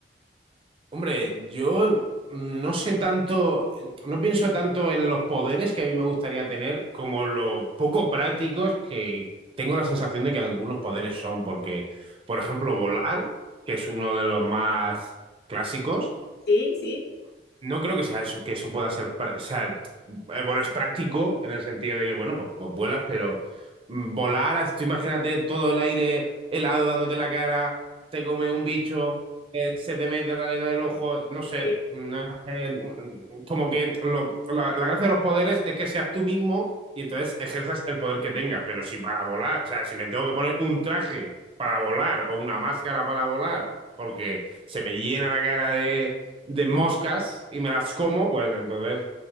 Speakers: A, on the right; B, on the left.
A: Hombre, yo no sé tanto, no pienso tanto en los poderes que a mí me gustaría tener como lo poco prácticos que tengo la sensación de que algunos poderes son, porque, por ejemplo, volar, que es uno de los más clásicos,
B: Sí, sí.
A: No creo que sea eso, que eso pueda ser, pra- o sea, eh, bueno, es práctico en el sentido de que, bueno, pues, pues vuelas, pero mm, volar, as- tú imagínate todo el aire helado dándote en la cara, te come un bicho, eh, se te mete la arena del ojo, no sé,
B: eh,
A: no es, eh, mm, como que lo- la, la gracia de los poderes es que seas tú mismo y entonces ejerzas el poder que tengas, pero si para volar, o sea, si me tengo que poner un traje para volar o una máscara para volar, porque se me llena la cara de de moscas y me las como, pues entonces,